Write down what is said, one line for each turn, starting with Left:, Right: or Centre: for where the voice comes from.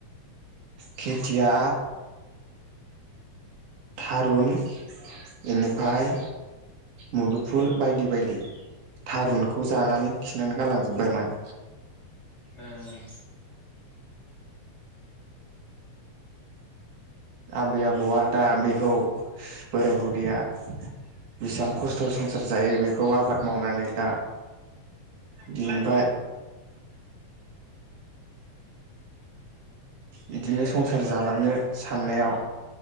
Right: खेथिया थारुन बेनिफ्राय मुदुफुल बायदि बायदि थारुन बेखौ जानानै
Left: औ
Right: खिनानै गालांजोबबायमोन
Left: ए ओं ओं।
Right: आबै आबौआ दा बेखौ बोराय बुरैया बिसां खस्थ' संसार जायो बेखौ आबाद मावनानै दा बिनिफाय बिदिनो
Left: दे
Right: संसार जालांनो साननायाव